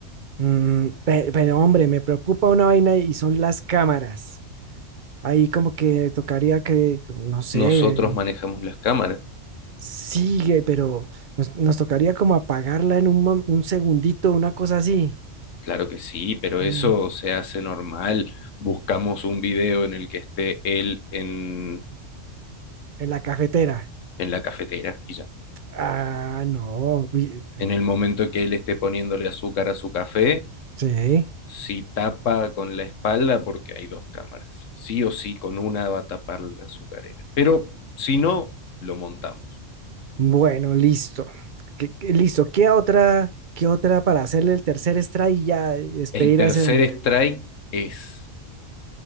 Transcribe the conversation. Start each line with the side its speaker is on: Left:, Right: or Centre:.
Right: Mm, pe- pero hombre, me preocupa una vaina y son las cámaras. Ahí como que tocaría que, no sé,
Left: Nosotros manejamos las cámaras.
Right: sigue, pero nos, nos tocaría como apagarla en un, mom- un segundito, una cosa así,
Left: Claro que sí, pero
Right: Mm.
Left: eso se hace normal. Buscamos un video en el que esté él en,
Right: en la cafetera.
Left: en la cafetera y ya.
Right: Ah, no, uy,
Left: En el momento que él esté poniéndole azúcar a su café,
Right: Sí,
Left: si tapa con la espalda, porque hay dos cámaras, sí o sí, con una va a tapar la azucarera. Pero si no, lo montamos.
Right: bueno, listo. ¿Qué- qué- listo, ¿qué otra, qué otra para hacerle el tercer extra y ya eh, despedir
Left: El tercer
Right: a ese hombre?
Left: strike es